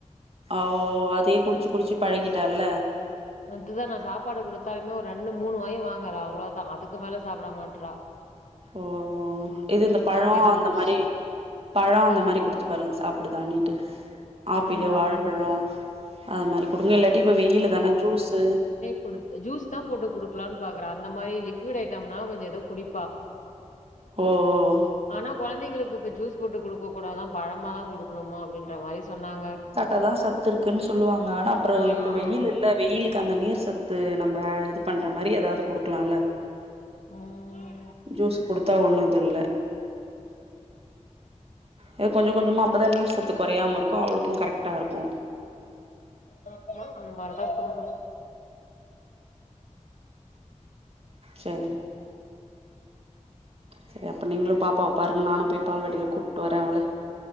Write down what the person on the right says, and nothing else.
அ ஓ அதயே குடிச்சு குடிச்சு பழகிட்டால
ஓ இது இந்த பழம்
அந்த
மாரி பழம் அந்த
மாரி குடுத்து த்து பாருங்க சாப்படுதாண்டிட்டு ஆப்பிளு
வாழைப்பழம் அது மாரி குடுங்க இல்லாட்டி இப்ப வெயில தானே ஜூஸு
ஓ ஓ
அதான் சத்து இருக்குன்னு சொல்லுவாங்க ஆனா அப்புறம்
இப்ப வெயிலு
இல்ல வெயிலுக்கு அந்த நீர் சத்து நம்ம இது பண்ற மாரி ஏதாவது குடுக்கலால்ல
ஜூஸு கொடுத்தா ஒண்ணு இதுல்ல ஏது கொஞ்சம் கொஞ்சமா அப்பதான் நீர் சத்து குறையாம இருக்கும் அவளுக்கும் கரெக்டா இருக்கும்
சேர் சேரி அப்போ நீங்களும் பாப்பாவ பாருங்க நானும் போய் பால்வாடில கூட்டு வரேன் அவள